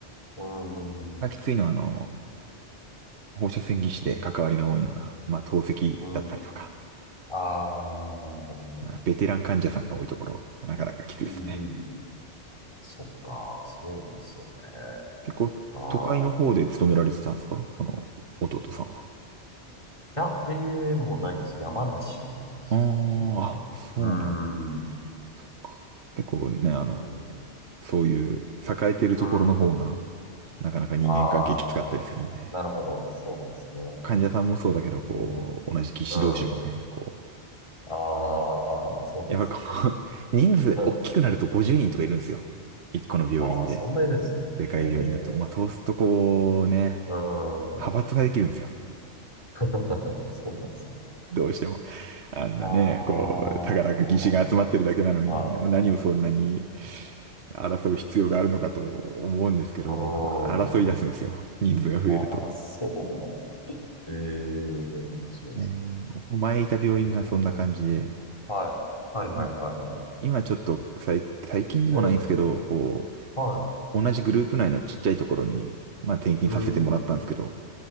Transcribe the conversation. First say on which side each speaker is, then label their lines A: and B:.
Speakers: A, on the left; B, on the right.
A: うーん、
B: まあきついのはあの、放射線技師で関わりが多いのは、まあ、透析だったりとか、
A: うん。ああ、なるほどね。
B: まあベテラン患者さんが多いところ、なかなかきついですね。
A: うんうん。そっか、そうですよね。
B: 結構、
A: ああ。
B: 都会の方で勤められてたんですかその、弟さんは。
A: いや、でもないです。山梨でしたね、
B: あ
A: その時は。
B: あ、あ、そうなんだ。
A: うーん。
B: そっか。結構ね、あの、
A: おー
B: そういう栄えてるところの方が、
A: うん。
B: なかなか人間関係きつかったりするんで、
A: ああ、なるほど。そうなんですね。
B: 患者さんもそうだけど、
A: えー、
B: こう、同じ技師同士もね、
A: うん。
B: こ
A: ああ、そうなんです。
B: う、やっぱこう、<laughs> 人数大きくなると50人とかいるんですよ。
A: <laughs>
B: 一個の病院で。
A: ああ、そんな色ですね。
B: でかい病院だと。
A: へえ。
B: まあ、そうするとこうね、
A: うん。
B: 派閥ができるんですよ。
A: <laughs> そうなんですね。
B: どうしても。あんなね、
A: ああ、
B: こう、たかだか義士が集まってるだけなのに、
A: そうなんだ。は
B: 何をそんなに
A: い。
B: 争う必要があるのかと思うんですけど、
A: あー
B: 争い出すんですよ。人数が増えると。
A: あー、そうなんですね。ええ面白いですね。
B: ねえ前いた病院がそんな感じで、
A: おーはい。はいはいはいは
B: い今ちょっと最、最近でもないんですけど、
A: い。ええ
B: こ
A: はい。
B: う、同じグループ内のちっちゃいところに、まあ転勤させてもらったんですけど、
A: うん。